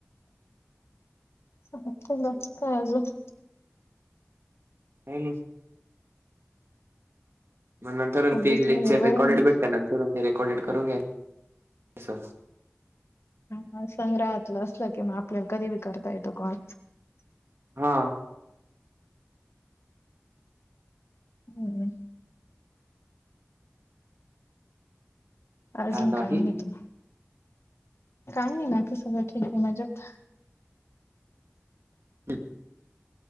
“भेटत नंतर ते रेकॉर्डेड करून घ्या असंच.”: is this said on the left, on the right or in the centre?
Right